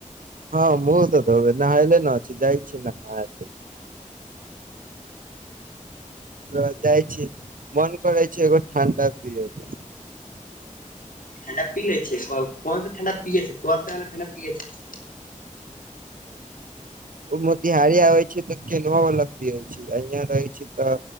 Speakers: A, on the right (about 85°); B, on the left (about 80°).
A: हँ मुँ तऽ <unintelligible> देै नल ने जाइ छी न ओकरा जाइ छी मोन करै छै एकगो ठडा पी लेबे के
B: ठण्डा पी लेय छिये तब कोन ठण्डा पिये छै कोन वला ठण्डा पिये छै <unintelligible>
A: म तहारारी आै छै त के नव लगती रहै छै <unintelligible> यहाँ रहै छी तऽ